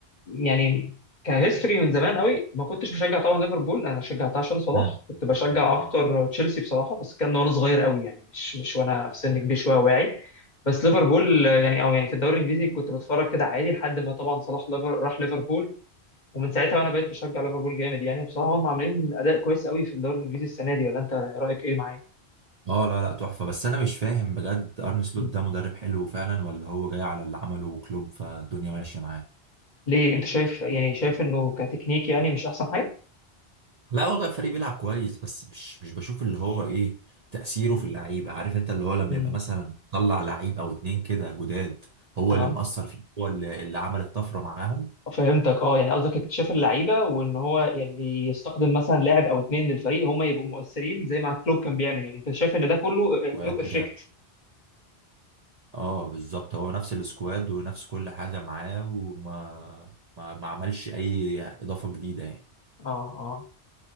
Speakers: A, on the left (about 45°); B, on the right (about 45°).
A: يعني كهيستوري من زمان قوي ما كنتش بشجع طبعا ليفربول انا شجعتها عشان صلاح
B: مم.
A: كنت
B: طبعاً
A: بشجع
B: يعني.
A: اكتر
B: مم.
A: تشيلسي بصراحه بس الكلام ده وانا صغير قوي يعني مش مش وانا في سن كبير شويه واعي بس ليفربول آه، يعني او يعني في الدوري الانجليزي كنت بتفرج كده عادي لحد ما طبعا صلاح ليفر راح ليفربول ومن ساعتها وانا بقيت بشجع ليفربول جامد يعني وبصراحه هم عاملين اداء كويس قوي في الدوري الانجليزي السنه دي ولا انت رايك ايه معايا؟
B: اه لا لا تحفه بس انا مش فاهم بجد ارن سلوت
A: مم.
B: ده مدرب حلو فعلا ولا هو جاي على اللي عمله كلوب فالدنيا ماشيه معاه
A: ليه انت شايف يعني شايف انه كتكنيك يعني مش احسن حاجه؟
B: لا والله الفريق بيلعب كويس بس مش مش بشوف اللي هو ايه تأثيره في اللعيبة عارف انت اللي هو لما
A: مم.
B: يبقى مثلا طلع لعيب او اتنين كده جداد هو
A: آه.
B: اللي مؤثر فيه هو اللي, اللي عمل الطفرة معاهم
A: فهمتك اه يعني قصدك اكتشاف اللعيبه وان هو يعني يستخدم مثلا لاعب او اتنين للفريق هم يبقوا مؤثرين زي ما كلوب كان بيعمل يعني انت شايف ان ده كله آه، كلوب
B: وجا
A: افكت
B: اه بالظبط هو نفس السكواد ونفس كل حاجة معاه وما ما, ما عملش اي اضافة جديدة يعني
A: اه اه